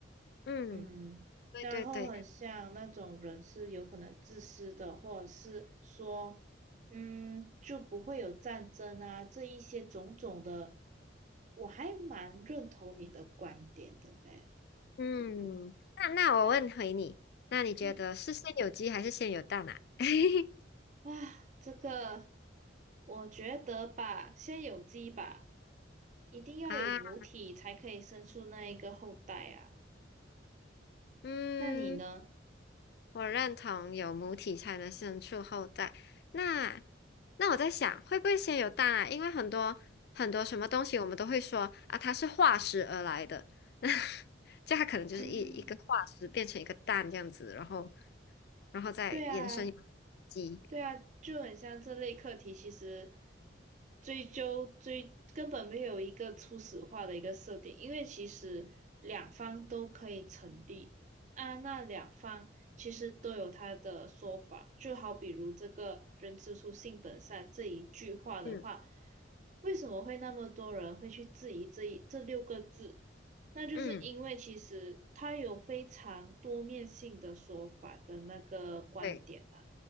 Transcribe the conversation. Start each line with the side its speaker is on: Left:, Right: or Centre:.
Left: 嗯，
Right: 嗯，
Left: 对对对。
Right: 然后很像那种人是有可能自私的，或者是说，嗯，就不会有战争啊，这一些种种的，我还蛮认同你的观点的呢。
Left: 嗯，
Right: 嗯，
Left: 那那我问回你，那你觉得是先有鸡还是先有蛋啊？
Right: 嗯，
Left: <laughs>
Right: 哇，这个我觉得吧，先有鸡吧，一定要有母体才可以生出那一个后代啊。
Left: 啊，嗯，
Right: 那你呢？
Left: 我认同有母体才能生出后代。那那我在想，会不会先有蛋啊？因为很多很多什么东西，我们都会说啊，它是化石而来的，<laughs> 那就它可能就是一一个化石变成一个蛋这样子，
Right: 嗯，
Left: 然后然后再延伸有
Right: 对啊，
Left: 鸡。
Right: 对啊，就很像这类课题，其实追究追根本没有一个初始化的一个设定，因为其实两方都可以成立啊，那两方其实都有他的说法，就好比如这个“人之初，性本善”这一句话的话，
Left: 嗯
Right: 为什么会那么多人会去质疑这一这六个字？那就是因为其实它有非常多面性的说法的那个观点嘛。
Left: 嗯，对